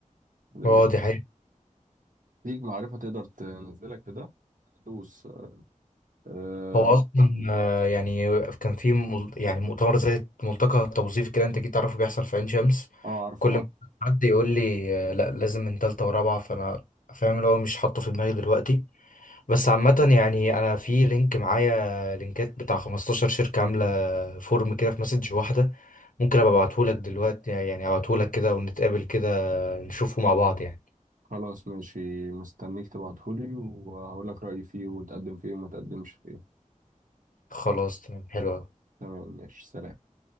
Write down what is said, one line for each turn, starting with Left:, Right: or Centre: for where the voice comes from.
Right: لو
Left: هو
Right: ليك
Left: دي حقيقة
Right: ليك معرفة تقدر تنزلك في ده دوس أه
Left: هو اصلا آه، يعني كان في مل- يعني مؤتمر زي ملتقى توظيفي كده انت جيت تعرفه بيحصل في عين شمس
Right: آه، عارفه
Left: كل ما حد يقول لي آه، لا لازم من تالتة ورابعة فانا فاهم اللي هو مش حاطه في دماغي دلوقتي بس عامة يعني أنا في لينك معايا لينكات بتاع 15 شركة عاملة فورم كده في مسج واحدة ممكن أبقى أبعتهولك دلوقتي يعني أبعتهولك كده ونتقابل كده نشوفه مع بعض يعني
Right: خلاص ماشي مستنيك تبعتهولي وهقول لك رأيي فيه وتقدم فيه وما تقدمش فيه
Left: خلاص تمام حلو أوي.
Right: تمام ماشي سلام